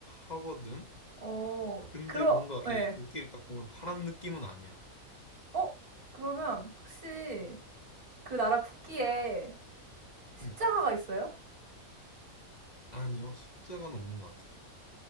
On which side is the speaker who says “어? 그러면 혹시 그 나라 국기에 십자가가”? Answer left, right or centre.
Right